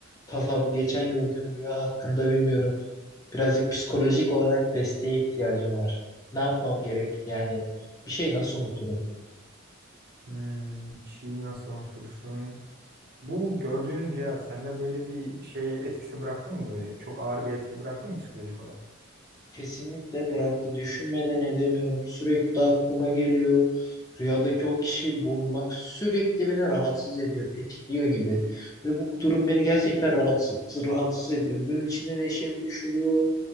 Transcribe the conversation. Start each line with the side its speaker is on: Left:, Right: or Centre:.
Left: Talha bu geçen gördüğüm rüya hakkında bilmiyorum. Birazcık psikolojik olarak desteğe ihtiyacım var. Ne yapmam gerek? Yani bir şey nasıl unuturum?
Right: Hmm, bir şeyi nasıl unutursun? Bu gördüğün rüya sende böyle bir şey etkisi bıraktı mı böyle? Çok ağır bir etki bıraktı mı psikolojik olarak?
Left: Kesinlikle bıraktı. Düşünmeden edemiyorum. Sürekli aklıma geliyor. Rüyadaki o kişiyi bulmak sürekli beni rahatsız ediyor, tetikliyor gibi. Ve bu durum beni gerçekten rahatsız, rahatsız ediyor. Gün içinde neşemi düşürüyor